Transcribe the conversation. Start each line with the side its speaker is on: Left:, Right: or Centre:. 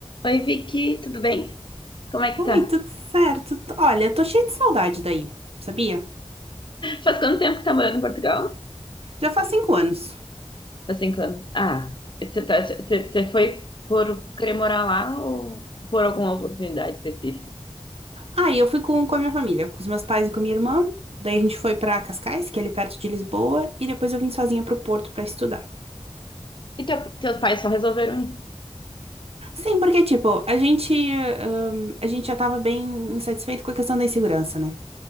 Left: Oi, Vicky, tudo bem? Como é
Right: Oi,
Left: que tá?
Right: tudo certo? Olha, tô cheia de saudade daí, sabia?
Left: Faz quanto tempo que tá morando em Portugal?
Right: Já faz cinco anos.
Left: Faz cinco anos. Ah, você tá- você- você foi por querer morar lá ou por alguma oportunidade específica?
Right: Aí eu fui com, com a minha família, com os meus pais e com a minha irmã. Daí a gente foi pra Cascais, que é ali perto de Lisboa, e depois eu vim sozinha pro Porto pra estudar.
Left: E teu- teus pais só resolveram ir?
Right: Sim, porque, tipo, a gente, ahn, a gente já tava bem insatisfeito com a questão da insegurança, né?